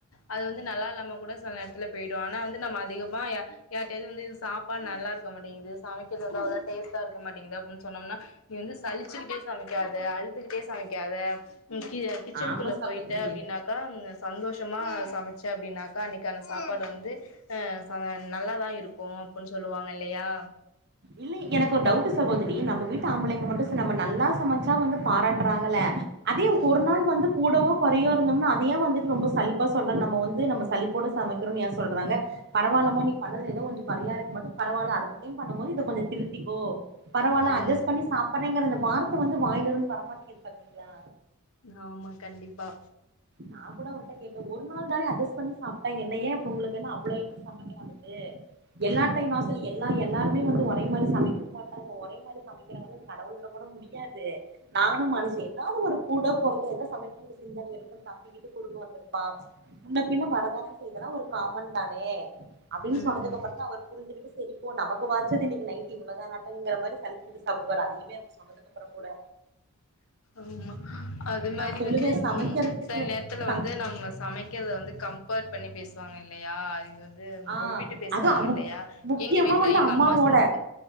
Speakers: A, on the left; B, on the right.
A: அது வந்து நல்லா இல்லாம கூட செல நேரத்துல போயிடு ஆனா வந்து நம்ம அதிகமா யார்ட்டாவது வந்து இது சாப்பாடு நல்லாருக்க மாட்டேங்குது சமைக்கிறது வந்து அவ்ளோ டேஸ்ட்டா இருக்க மாட்டேங்குது அப்புன் சொன்னம்னா நீ வந்து சளிச்சுக்கிட்டே சமைக்காத அழுதுகிட்டே சமைக்காத ம் கி கிச்சன்க்குள்ள
B: ஆமா சகோதரி
A: போயிட்ட அப்டின்னாக்கா ம் சந்தோஷமா சமைச்சே அப்டின்னாக்கா அன்னைக் க்கான சாப்பாடு வந்து அ நல்லாதா இருக்கும் அப்டின்னு சொல்லுவாங்க இல்லயா
B: இல்லலை எனக்கு ஒரு டவுட் சகோதரி நம்ம வீட்டு ஆம்பளைங்க மட்டும் நம்ம நல்லா சமைச்சா வந்து பாராட்டுறாங்கள அதே
A: ம்
B: ஒரு நாள் வந்து கூடவோ குறையோ இருந்தோம்ன்னா அதைய வந்துட்டு ரொம்ப சழிப்பா சொல்றாங்க நம்ம வந்து நம்ம சலிப்போட சமைக்குறோன்னு எய சொல்றாங்க பரவாயில்லமா நீ பண்ணதுல ஏதோ கொஞ்ச குறையா இருக்குமாட்டு பரவில்ல அடுத்த டைம் பண்ணும் போது இத கொஞ்ச திருத்திக்கோ பரவல்ல
A: ம்
B: அ்ஜஸ் பண்ணி சாப்பட்டு சாப்புரங்குற வார்த்த வந்து வாயில இருந்து வரமாட்டிங்குது பாத்தீங்களா
A: ஆமா கண்டிப்பா
B: நா கூட அவர்ட்ட கேட்ட ஒரு நாள் தான அடஜஸ்ட் பண்ணிப் சாப் என்னைய இப்ப உங்களுக்கு அவ்வளோ என்ன சொன்ன வந்துட்டு எல்லாத்தையு
A: ம்
B: எல்லா எல்ல எல்லாருமே வந்து ஒரே மாதிரி சமைக்க வு மாட்டாங்க ஒரே மாதிரி சமைக்கிற வந்து அது கடவுளா கூட முடியாது நானு மனுஷிதா எதாவது ஒரு கூட குறைய சமைக்கும் ஒரு சிந்தனை இருக்கும்ன்னு தம்பி இது குறுக்க வந்திருப்பா முன்ன பின்ன வரதான செய்ததுனா ஒரு காமன் தானே அப்படின்னு
A: ம்
B: சொன்னதுக்கு
A: ம்
B: அப்பற தா அவர் புரிஞ்சிகிட்டு சரிப்போ நமக்கு இப்ப வாச்சது இன்னிக்கு நைட்டு இவளோ நாட்டுக்குங்குற மாதி சலுச்சிகிட்டு சாப்புடுவாரு அதியுமே நம்ம சொன்னதுக்குப்பற கூட
A: ம்ம் ஆமா அது மாதிரி
B: நா சொல்லுவே
A: வந்து
B: சமைக்கிறதுக்கு
A: சில நேரத்துல
B: ச
A: வந்து நம்ம சமைக்கரத வந்து கம்பர் பண்ணி பேசுவாங்க இல்லயா அ இது இது
B: ஆ
A: ஒப்பிட்டு பேசுவாங்க
B: அதா முக்
A: இல்லையா
B: முக்கியமா
A: எங்க வீட்டுல
B: வந்து
A: எங்க
B: அம்மாவோட
A: அம்மா செஞ்சதா